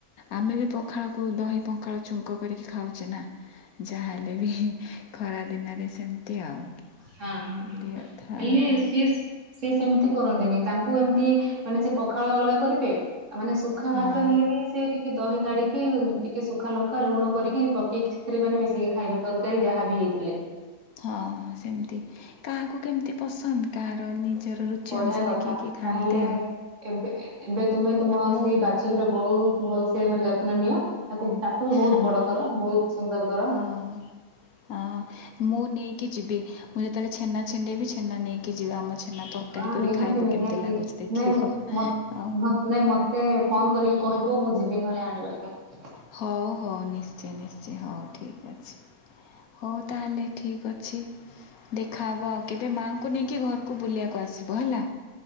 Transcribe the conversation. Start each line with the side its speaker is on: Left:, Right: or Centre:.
Left: ଆମେ ବି ପଖାଳକୁ ଦହି ପଖାଳ ଛୁଙ୍କ କରିକି ଖାଉଛେ ନାଁ। ଯାହାହେଲେ ବି ଖରା ଦିନରେ ସେମତି ଆଉ।
Right: ହଁ ହଁ
Left: ଏମିତି
Right: ହଁ
Left: କଥା
Right: ଏଲେ
Left: ଆଉ।
Right: ଏସି ସେ ସେମତି କରନ୍ତିନି ତାଙ୍କୁ ଏମିତି ମାନେ ସେ ପଖାଳ ଅଲଗା କରିବେ ମାନେ ସ ସୁଖା
Left: ହଁ
Right: ଭାତ ହେଲେ ବି ସେ ଟିକେ ଦହି କାଢ଼ିକି ଟିକେ ସୁଖା ଲଙ୍କା ଲୁଣ କରିକି ପକେଇକି ଛେତ୍ରୀ ମାନେ ମିଶିକି ଖାଇବେ ତରକାରୀ ଯାହା ବି ହେଇଥିଲେ।
Left: ହଁ ସେମତି କାହାକୁ କେମିତି ପସନ୍ଦ କାହାର ନିଜର ରୁଚି
Right: ବଢିଆ
Left: ଅନୁସାରେ
Right: କଥା
Left: କିଏ କିଏ ଖାଆନ୍ତି
Right: ତାହେଲେ
Left: ଆଉ।
Right: ଏବେ ଏବେ ତମେ ତମ
Left: ମୁଁ
Right: ସେଇ ବା ଛୁରୀର ବହୁତ୍ ଭଲ ସେ ମାନେ ଯତ୍ନ ନିଅ ତାକୁ ତାକୁ ବି ବହୁତ୍
Left: ହଁ
Right: ବଡ
Left: ହଁ
Right: କର ବହୁତ୍ ସୁନ୍ଦର କର।
Left: ହଁ ହଁ ମୁଁ ନେଇକି ଯିବି ମୁଁ ଯେତେବେଳେ ଛେନା ଛେଣ୍ଡେଇବି ଛେନା ନେଇକି ଯିବି ଆମ ହେଲା ତରକାରୀ
Right: ହଁ
Left: କରି
Right: ନିହାତି
Left: ଖାଇବ
Right: ନିହାତି
Left: କେମିତି ଲାଗୁଚି ଦେଖିବ
Right: ନାଇଁ ମ
Left: ଆଉ‌।
Right: ମ- ନାଇଁ ମତେ ଫୋନ୍ କରିକି କହିବୁ ମୁଁ ଯିବି ନହେଲେ ଆଣିବାକୁ।
Left: ହଉ ହଉ ନିଶ୍ଚୟ ନିଶ୍ଚୟ ହଉ ଠିକ୍ ଅଛି। ହଉ ତାହେଲେ ଠିକ୍ ଅଛି। ଦେଖାହେବ ଆଉ କେବେ ମାଆଙ୍କୁ ନେଇକି ଘରକୁ ବୁଲିବାକୁ ଆସିବ ହେଲା।